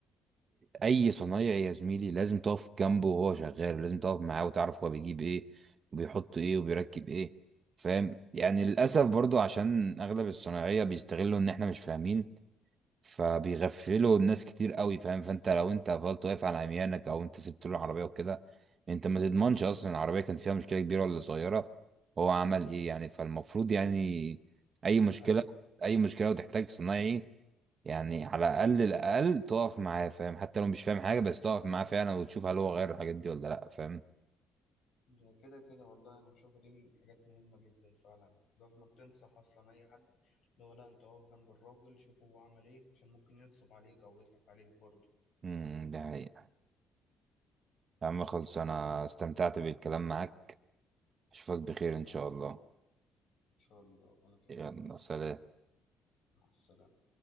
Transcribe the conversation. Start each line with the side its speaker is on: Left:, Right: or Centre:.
Right: اي صنايعي يا زميلي لازم تقف جنبه وهو شغال ولازم تقف معاه وتعرف هو بيجيب ايه وبيحط ايه وبيركب ايه فاهم يعني للاسف برضه عشان اغلب الصناعية بيستغلوا ان احنا مش فاهمين فبيغفلوا الناس كتير قوي فاهم فانت لو انت فضلت واقف على عميانك او انت سبت له العربيه وكده انت ما تضمنش اصلا العربيه كانت فيها مشكله كبيره ولا صغيره هو عمل ايه يعني فالمفروض يعني اي
Left: دي
Right: مشكله
Left: حقيقة
Right: اي مشكله وتحتاج صنايعي يعني على الاقل الاقل تقف معاه فاهم حتى لو مش فاهم حاجه بس تقف معاه فعلا وتشوف هل هو غير الحاجات دي ولا لا فاهم
Left: ده كده كده والله انا بشوفها دي من الحاجات مهمه جدا فعلا لازم تنصح اصلا اي حد اللي هو لا انت اقف جنب الراجل شوف هو عمل ايه عشان ممكن ينصب عليك او يضحك عليك برضه
Right: امم ده حقيقة يا عم خلص انا استمتعت بالكلام معاك اشوفك بخير
Left: انا كمان
Right: ان شاء
Left: والله
Right: الله
Left: ان شاء الله وانا كمان
Right: يلا سلام
Left: مع السلامه